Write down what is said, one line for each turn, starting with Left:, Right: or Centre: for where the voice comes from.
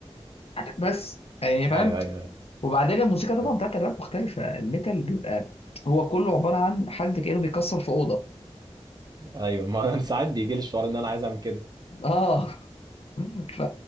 Left: بس يعني فاهم
Right: ايوه ايوه
Left: وبعدين الموسيقى طبعا
Right: ايوه
Left: بتاعت الراب مختلفه الميتال بيبقى هو كله عباره عن حد كانه بيكسر في اوضه
Right: ايوه ما انا ساعات بيجي لي الشعور ان انا عايز اعمل كده
Left: اه ف...